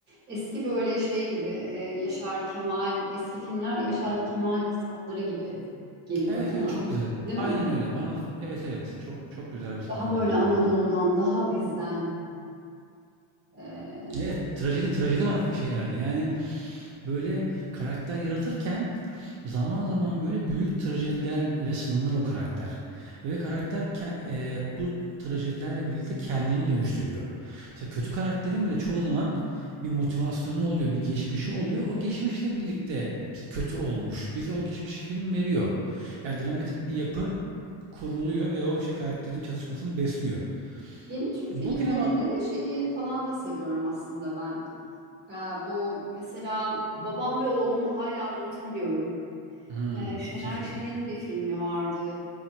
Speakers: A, on the right (about 20°); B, on the right (about 65°).
A: Eski böyle şey gibi e, Yaşar Kemal, eski filmler Yaşar Kemal kitapları gibi geliyor
B: Evet
A: bana,
B: evet çok güzel.
A: değil
B: Aynen
A: mi?
B: öyle. Bana evet evet çok çok güzel bir saptama
A: Daha böyle
B: oldu.
A: Anadolu'dan, daha bizden. e,
B: Evet trajedi trajedi var şeylerde. Yani Böyle karakter yaratırken zaman zaman böyle büyük trajedilerle sınanır o karakter. Ve karakter ke- e, bu trajedilerle birlikte kendini dönüştürüyor. Mesela kötü karakterin bile çoğu zaman bir motivasyonu oluyor, bir geçmişi oluyor. O geçmişle birlikte mesela kötü olmuş. Bize o geçmişi film veriyor. Yani dramatik bir yapı kuruluyor ve o işte karakterin çatışmasını besliyor.
A: Yeni Türk
B: Bugüne
A: filmlerinde
B: bak...
A: de şeyi falan da seviyorum aslında ben. Ee, bu mesela Babam ve Oğlumu hala unutamıyorum.
B: Hmm,
A: Ee, Şener
B: Çetin
A: Şen'in
B: Tekin.
A: bir filmi vardı.